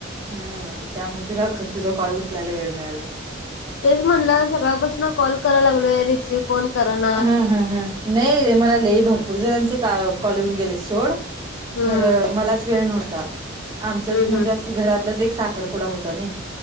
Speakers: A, on the right; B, on the left.
A: हम त्यामुळे तुला तुझ कॉल उचलायला वेळ मिळाला नाही.
B: तेच म्हटलं सकाळपासून कॉल कराय लागलोय रिसीव फोन करणा
A: हा हा हा नाही रे मला लई भरपूर जणांचे कॉल येऊन गेले सोड.
B: हम्म
A: खरं मलाच वेळ नव्हता आमचच
B: हम्म
A: म्हणजे
B: हम्म
A: घरात आपच एक साखरपुडा होता ना